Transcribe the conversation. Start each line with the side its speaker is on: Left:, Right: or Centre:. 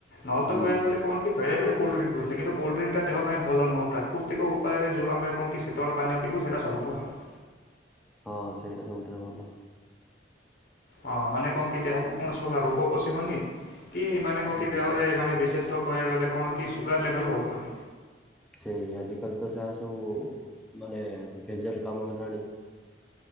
Left: ନହେଲେ
Centre: ହୁଁ
Left: ତ କହିବା ଗଲେ କଣ କି ବେଳେବେଳେ କୋଲ୍ଡଡ୍ରିଙ୍କ ପିଉଥିଲି କିନ୍ତୁ କୋଲ୍ଡଡ୍ରିଙ୍କଟା ଦେହ ପାଇଁ ଭଲ ନୁହଁ ପ୍ରାକୃତିକ ଉପାୟରେ ଯେଉଁ ଆମେ କଣ କି ଶୀତଳ ପାନୀୟ ପିଇବୁ ସେଇଟା ସବୁଠୁ ଭଲ।
Centre: ହଁ ସେଇଟା ସବୁଠାରୁ ଭଲ।
Left: ହଁ ମାନେ କଣ କି ଦେହକୁ କୌଣସି ପ୍ରକାର ରୋଗ ପଶିବନି। କି ମାନେ କଣ
Centre: ହୁଁ
Left: କି ଦେହରେ ମାନେ ବିଶେଷ କହିବା ଗଲେ କଣ କି ସୁଗାର ଲେଭେଲ୍ ବଢ଼ିବନି।
Centre: ସେଇ ଆଜିିକାଲି ତ ଯାହା ସବୁ ମାନେ ତେଜଲ୍ କାମ ହେଲାଣି।